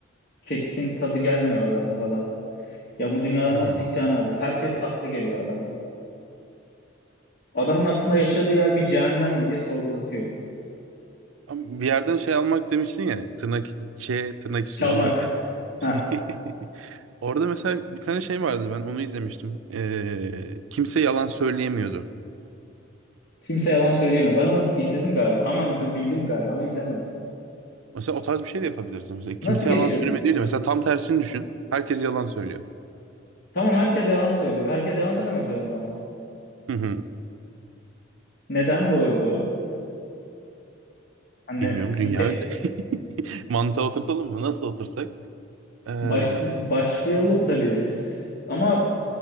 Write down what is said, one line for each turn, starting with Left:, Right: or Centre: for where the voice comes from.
Left: kekin tadı gelmiyor adama falan. Ya bu dünyadan
Right: Hı hı.
Left: nasıl çıkacağını arıyor. Herkes sahte geliyor adama. Adamın aslında yaşadığı yer bir cehennem mi diye sorgulatıyor.
Right: Ama Bir yerden şey almak demiştin ya tırnak Ç tırnak için
Left: Çalmak.
Right: alıntı.
Left: Ha,
Right: <laughs> Orada mesela bir tane şey vardı ben onu izlemiştim. Ee, kimse yalan söyleyemiyordu.
Left: kimse yalan söyleyemiyor. Ben onu izledim galiba. Aman du- bildim galiba ama izlemedim.
Right: Mesela o tarz bir şey de yapabiliriz. Mesela kimse
Left: Nasıl geçiyordu?
Right: yalan söyleme değil de mesela tam tersini düşün. Herkes yalan söylüyor.
Left: Tamam herkes yalan söylüyor. Herkes yalan söylemek zorunda ama.
Right: Hı hı.
Left: Neden bu olduğu? Hani
Right: Bilmiyorum dünya
Left: hikaye,
Right: öyle. <laughs> Mantığa oturtalım mı? Nasıl otursak? Ee,
Left: baş, başlayalım da biliriz. Ama